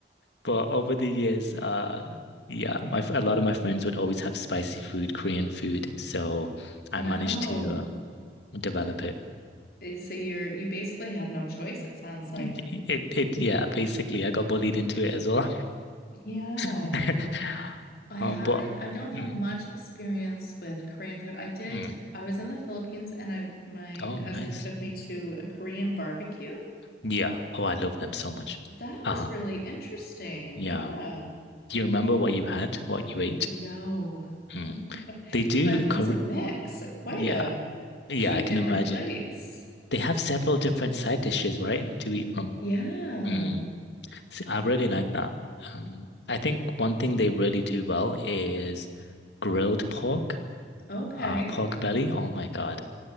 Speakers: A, on the left; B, on the left.
A: But over the years, uh, yeah, my f- a lot of my friends would always have spicy food, Korean food, so
B: wow.
A: I managed to um, develop it.
B: Eh, So you're you basically had no choice, it sounds like.
A: It it yeah, basically I got bullied into it as well.
B: Yeah.
A: <laughs>
B: I
A: Um,
B: haven't,
A: but
B: I don't have
A: mm,
B: much experience with Korean food. I did,
A: mm.
B: I was in the Philippines and I my
A: Oh,
B: cousin
A: nice.
B: took me to a Korean barbecue.
A: Yeah. Oh, I love them so much.
B: That
A: Uh-huh.
B: was really interesting.
A: Yeah.
B: Yeah.
A: Do you remember what you had, what you ate?
B: No.
A: Mm.
B: <laughs>
A: They do.
B: But
A: Kor
B: it was a mix, quite
A: yeah.
B: a
A: Yeah,
B: few
A: I can
B: different
A: imagine.
B: plates.
A: They have several different side dishes, right, to eat from.
B: Yeah.
A: Mm. See, I really like that. Um, I think one thing they really do well is grilled pork,
B: Okay.
A: uh, pork belly. Oh my God.